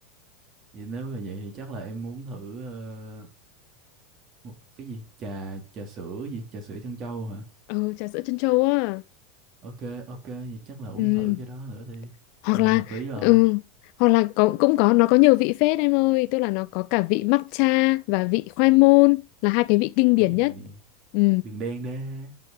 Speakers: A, on the right; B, on the left.
A: Vậy nếu mà vậy thì chắc là em muốn thử ờ, Một cái gì Trà trà sữa gì Trà sữa trân châu hả
B: <laughs> ừ, trà sữa trân châu á
A: Ok ok vậy chắc là uống
B: ừ.
A: thử cái đó nữa đi
B: hoặc
A: ừ,
B: là
A: Hợp lý rồi
B: ừ, hoặc là có cũng có nó có nhiều vị phết em ơi tức là nó có cả vị matcha và vị khoai môn là hai cái vị kinh điển
A: thì
B: nhất ừ.
A: đường đen đê